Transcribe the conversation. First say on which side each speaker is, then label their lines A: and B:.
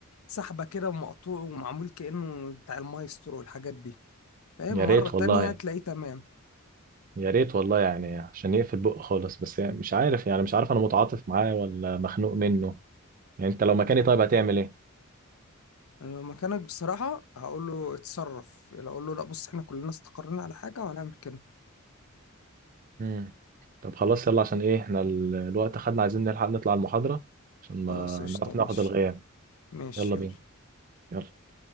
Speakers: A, on the left; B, on the right.
A: سحبه كده ومقطوع ومعمول كانه بتاع المايسترو والحاجات دي فاهم
B: يا
A: مره
B: ريت والله
A: تانية تلاقيه تمام
B: يا ريت والله يعني عشان يقفل بق خالص بس يعني مش عارف يعني مش عارف انا متعاطف معاه ولا مخنوق منه يعني انت لو مكاني طيب هتعمل ايه
A: أنا مكانك بصراحة هقول له اتصرف لو اقول له لا بص احنا كلنا استقرينا على حاجة وهنعمل كده
B: امم طب خلاص يلا عشان ايه احنا ال- الوقت خدنا عايزين نلحق نطلع المحاضرة عشان ما
A: خلاص قشطة
B: نعرف
A: ماشي
B: ناخد الغياب
A: ماشي
B: يلا
A: يلا
B: بينا يلا